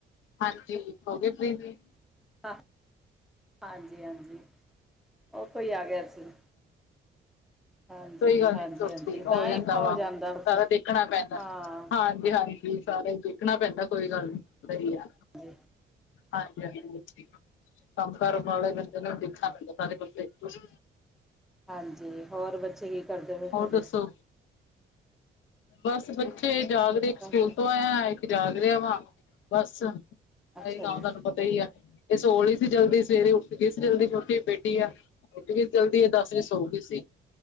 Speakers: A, on the left; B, in the centre.
A: ਹਾਂਜੀ ਹੋ ਗਏ ਪ੍ਰੀਮੀ
B: ਹਾਂ ਹਾਂਜੀ ਹਾਂਜੀ ਉਹ ਕੋਈ ਆ ਗਿਆ ਸੀ ਹਾਂਜੀ
A: ਕੋਈ ਗੱਲ ਨੀ
B: ਹਾਂਜੀ ਹਾਂਜੀ
A: ਹੋ
B: ਤਾਂ
A: ਜਾਂਦਾ
B: ਹੀ ਔਖਾ
A: ਵਾ
B: ਹੋ ਜਾਂਦਾ ਬਸ
A: ਸਾਰਾ ਦੇਖਣਾ ਪੈਂਦਾ
B: ਹਾਂ
A: ਹਾਂਜੀ ਹਾਂਜੀ ਸਾਰਾ ਈ ਦੇਖਣਾ ਪੈਂਦਾ ਕੋਈ ਗੱਲ ਨੀ ਸਹੀ ਆ
B: ਹਾਂਜੀ
A: ਹਾਂਜੀ ਹਾਂਜੀ ਕਮ ਕਾਰ ਬਾਹਲਾ ਜਨਾ ਦੇਖਨਾ ਪੈਂਦਾ ਸਾਰੇ ਕੁਛ
B: ਹਾਂਜੀ ਹੋਰ ਬੱਚੇ ਕੀ ਕਰਦੇ ਪਏ
A: ਹੋਰ
B: ਤੁਹਾਡੇ
A: ਦੱਸੋ ਬਸ ਬੱਚੇ ਜਾਗਦੇ ਇੱਕ ਸਕੂਲ
B: ਬਸ
A: ਤੋਂ ਆਏਆ ਜਾਗ ਰਿਹਾ ਵਾ ਬਸ ਇਹੀ
B: ਅੱਛਾ
A: ਕੰਮ
B: ਜੀ
A: ਤੁਹਾਨੂੰ ਪਤਾ ਈ ਏ ਇਹ ਸੋਲੀ ਸੀ ਜਲਦੀ ਸਵੇਰੇ ਉੱਠ ਕੇ ਜਲਦੀ ਛੋਟੀ ਬੇਟੀ ਆ ਅੱਜ ਵੀ ਜਲਦੀ ਇਹ ਦਸ ਵਜੇ ਸੌ ਗਈ ਸੀ